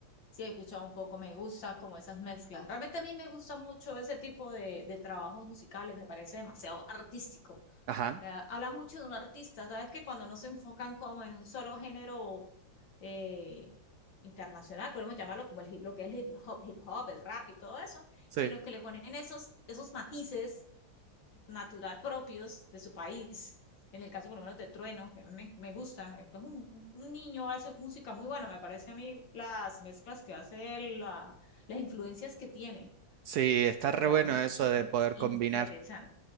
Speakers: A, on the left; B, on the right.
A: Sí, he escuchado un poco. Me gusta como esas mezclas. Realmente a mí me gusta mucho ese tipo de, de trabajos musicales. Me parece demasiado artístico.
B: Ajá,
A: Eh, habla mucho de un artista, ¿sabes? Que cuando no se enfocan como en un solo género eh, internacional, podemos llamarlo como el, hip- lo que es el hip hop, hip hop, el rap y todo eso,
B: sí.
A: sino que le ponen esos, esos matices natural propios de su país. En el caso por lo menos de Trueno, que me, me gusta, eh, que es un, un niño, hace música muy buena, me parece a mí las mezclas que hace, él, la, las influencias que tiene,
B: Sí, está
A: me
B: re
A: parece
B: bueno
A: súper
B: eso de poder
A: interesante.
B: combinar,